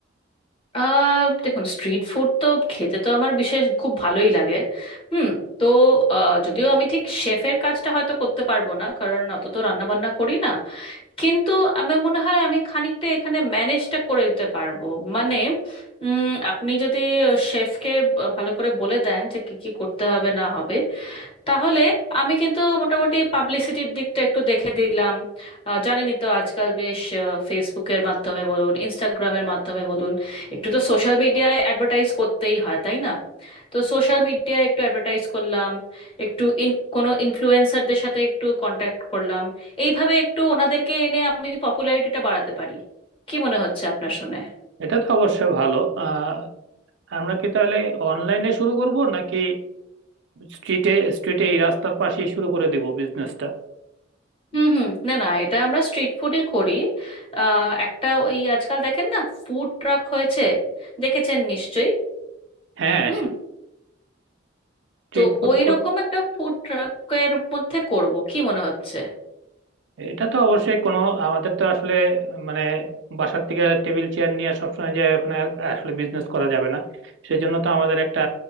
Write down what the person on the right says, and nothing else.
এটা তো অবশ্যই ভালো আহ আমরা কি তাহলে অনলাইনে শুরু করব নাকি স্ট্রিটে স্ট্রিটে এই রাস্তার পাশেই শুরু করে দিব বিজনেসটা
হ্যাঁ
Street
food
এটা তো অবশ্যই কোনো আমাদের তো আসলে মানে বাসার থেকে টেবিল চেয়ার নিয়ে সবসময় যায় ওখানে আসলে বিজনেস করা যাবে না সেজন্য তো আমাদের একটা